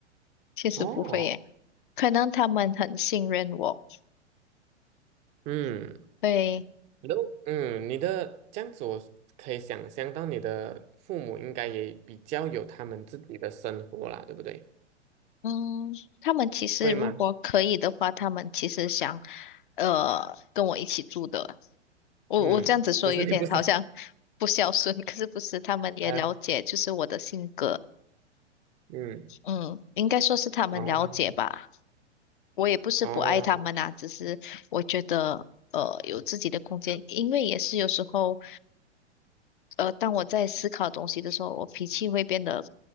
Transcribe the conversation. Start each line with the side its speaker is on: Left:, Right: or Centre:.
Left: 确实不会耶。
Right: 哦，
Left: 可能他们很信任我，
Right: 嗯，
Left: 对。
Right: 然后嗯，你的这样子，我可以想象到你的父母应该也比较有他们自己的生活啦，对不对？
Left: 嗯，他们其实如果可以的话，
Right: 会吗？
Left: 他们其实想，呃，跟我一起住的。我我这样子说有点好像
Right: 嗯，只是你不想，
Left: 不孝顺，可是不是，他们也了解就是我的性格，
Right: <laughs> 呃，嗯，
Left: 嗯，应该说是他们了解吧。
Right: 哦，
Left: 我也不是不爱他们啊，
Right: 哦，
Left: 只是我觉得呃有自己的空间，因为也是有时候呃当我在思考东西的时候，我脾气会变得